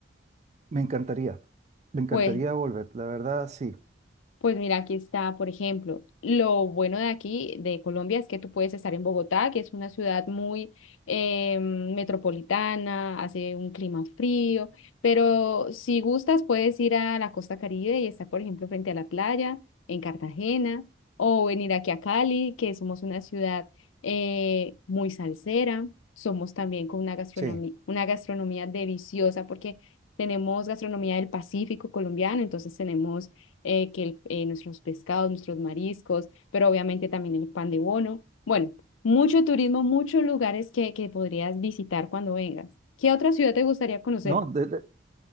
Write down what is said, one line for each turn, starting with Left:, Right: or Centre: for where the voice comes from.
Right: Me encantaría, me encantaría
Left: Pues
Right: volver, la verdad, sí,
Left: Pues mira, aquí está, por ejemplo, lo bueno de aquí, de Colombia, es que tú puedes estar en Bogotá, que es una ciudad muy eh, metropolitana, hace un clima frío, pero si gustas puedes ir a la costa Caribe y estar, por ejemplo, frente a la playa, en Cartagena, o venir aquí a Cali, que somos una ciudad eh, muy salsera, somos también con una gastronomía,
Right: sí.
Left: una gastronomía deliciosa, porque tenemos gastronomía del Pacífico colombiano, entonces tenemos eh, que el- eh, nuestros pescados, nuestros mariscos, pero obviamente también el pan de bono. Bueno, mucho turismo, muchos lugares que, que podrías visitar cuando vengas. ¿Qué otra ciudad te gustaría conocer?
Right: ¿No? De, de-